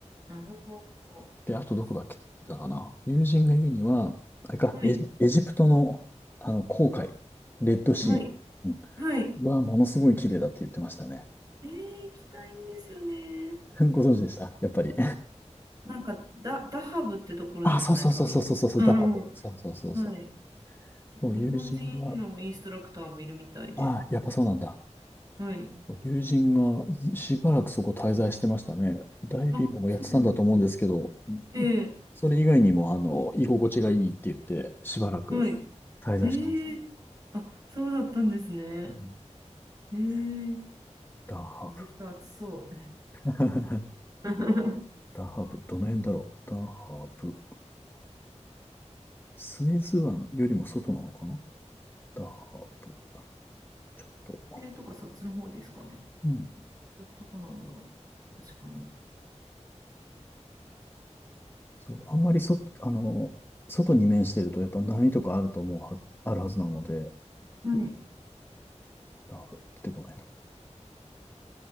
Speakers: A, on the right; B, on the left.
A: なるほど。
B: で、あとどこだっけだかな。友人が言うには、あれか、
A: はい、
B: エジ、エジプトのあの紅海、レッドシーうんはものすごい綺麗だって言ってましたね。
A: はい、はい。ええ行きたいんですよね。
B: <laughs> ご存知でしたやっぱり。
A: なんか、ダ、ダハブってところですかね、
B: あ、そうそうそうそうそうそう、
A: 多分。うん、
B: ダハブ。そうそうそうそ
A: はい。なんか日本人のインストラクターもいるみたいで。
B: う。もう友人が、ああ、やっぱそうなんだ。
A: はい。
B: 友人がしばらくそこ滞在してましたね。ダイビングもやってたんだと思うんですけど、
A: あ、そうなんだ。ええ
B: それ以外にも、あの、居心地がいいって言って、しばらく滞在してます。
A: はい。ええあ、そうだったんですね。
B: うん
A: ええ
B: ダーハブ。
A: エジプト暑そう。
B: <laughs>
A: <laughs>
B: ダーハブ。どの辺だろう。ダーハブ。スエズ湾よりも外なのかなダーハブ。ちょっと。
A: ええとか、そっちの方ですかね。
B: うん。
A: ど、どこなんだろう。確かに。
B: そう。あんまりそ、あの、外に面してると、やっぱ波とかあると思うは、あるはずなので、
A: うん、はい。
B: ダーハブ出てこないな。